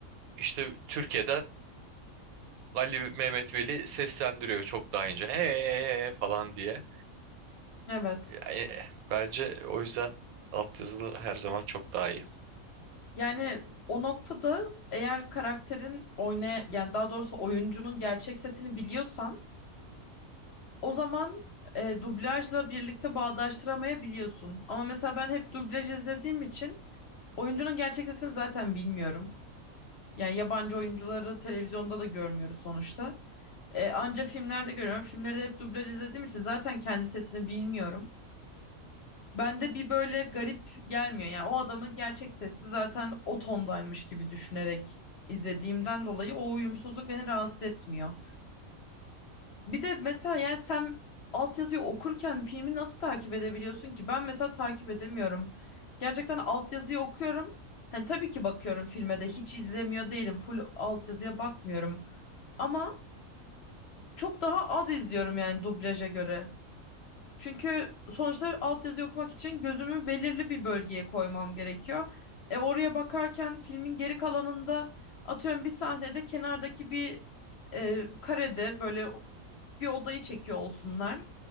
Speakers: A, on the right (about 80°); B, on the left (about 55°).
A: işte Türkiye'den Ali Mehmet Veli seslendiriyor çok daha ince. Hey falan diye.
B: Evet.
A: E, bence o yüzden altyazılı her zaman çok daha iyi.
B: Yani o noktada eğer karakterin oynaya yani daha doğrusu oyuncunun gerçek sesini biliyorsan o zaman e, dublajla birlikte bağdaştıramayabiliyorsun. Ama mesela ben hep dublaj izlediğim için oyuncunun gerçek sesini zaten bilmiyorum. Yani yabancı oyuncuları televizyonda da görmüyoruz sonuçta. E, anca filmlerde görüyorum. Filmleri de hep dublaj izlediğim için zaten kendi sesini bilmiyorum. Bende bir böyle garip gelmiyor. Yani o adamın gerçek sesi zaten o tondaymış gibi düşünerek izlediğimden dolayı o uyumsuzluk beni rahatsız etmiyor. Bir de mesela yani sen altyazıyı okurken filmi nasıl takip edebiliyorsun ki? Ben mesela takip edemiyorum. Gerçekten altyazıyı okuyorum. Hani tabii ki bakıyorum filme de hiç izlemiyor değilim. Full altyazıya bakmıyorum. Ama çok daha az izliyorum yani dublaja göre. Çünkü sonuçta altyazı okumak için gözümü belirli bir bölgeye koymam gerekiyor. E, oraya bakarken filmin geri kalanında atıyorum bir sahnede kenardaki bir e, karede böyle bir odayı çekiyor olsunlar.